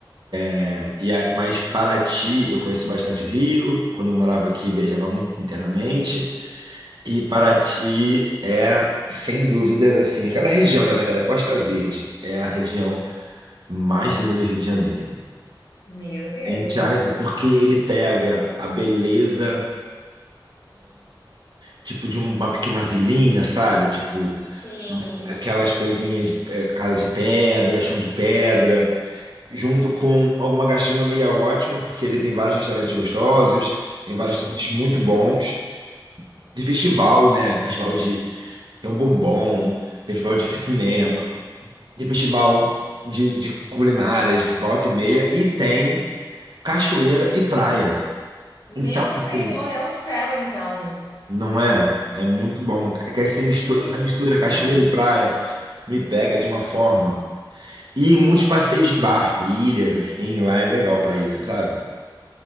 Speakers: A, on the right; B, on the left.
A: É, E a, mas Paraty, eu conheço bastante o Rio. Quando eu morava aqui, viajava muito internamente. E Paraty é, sem dúvidas, assim, aquela região, na verdade, a Costa Verde é a região mais linda do Rio de Janeiro.
B: Meu Deus.
A: em incrível porque ele pega a beleza, tipo, de uma pequena vilinha, sabe? Tipo,
B: Sim,
A: aquelas coisinhas de é, casa de pedra, chão de pedra. junto com alguma gastronomia ótima, porque ele tem vários restaurantes gostosos, tem vários
B: sim.
A: restaurantes muito bons, de festival, né? Festival de tem um Bourbon, tem festival de cinema, tem festival de, de culinárias, de volta e meia, e tem cachoeira e praia.
B: Meu
A: Então,
B: Senhor,
A: assim,
B: é o céu, então.
A: não é? É muito bom. É que essa mistura,
B: Que delícia.
A: essa mistura cachoeira e praia me pega de uma forma. E muitos passeios de barco, ilhas, assim, lá é legal pra isso, sabe?